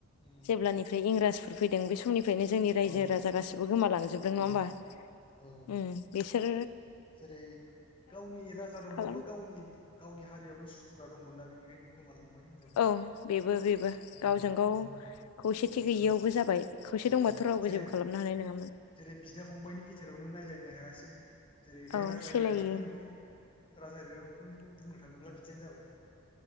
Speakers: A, on the left; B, on the left.
A: उम
B: जेब्लानिफ्राय इंराज फोर फैदों बे समनिफ्रायनो जोंनि रायजो
A: औ
B: राजा गासिबो गोमालांजोबदों
A: उम
B: नङा होमबा।
A: औ
B: उम बिसोर
A: जेरै गावनि राजा दंबाबो
B: खालाम
A: गावनि गावनि हारियावनो सुथुरा दंमोनना बेनिखायनो गोमालांबाय होनजाबाय
B: औ बेबो बेबो।
A: उम
B: गावजों गाव
A: उम
B: खौसेथि
A: उम
B: गैयियावबो जाबाय खौसे
A: औ
B: दंबाथ' रावबो
A: जेरै
B: जेबो खालामनो हानाय नङा।
A: जेरै बिदा फंबाइनि गेजेरावनो नायलायनो हायासै। जेरै बे
B: औ
A: राजा
B: सोलायो
A: इरागदावफोरनिखौ राजा इरागदावफोरनिबो बुंनो थाङोब्ला बिदियानो जाबाय